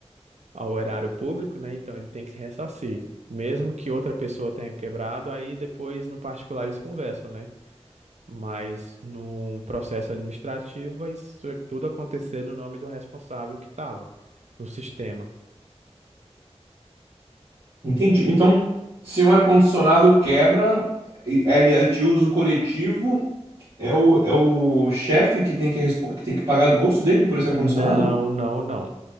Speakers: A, on the right; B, on the right.
A: ao erário público, né? Então ele tem que ressarcir. Mesmo que outra pessoa tenha quebrado, aí depois no particular eles conversam, né? Mas num processo administrativo, vai isso é tudo acontecer no nome do responsável que estava no sistema.
B: Entendi. Então, se um ar-condicionado quebra, e- ele é de uso coletivo, é o, é o chefe que tem que, respon- que tem que pagar do bolso dele por esse
A: Não,
B: ar-condicionado?
A: não, não.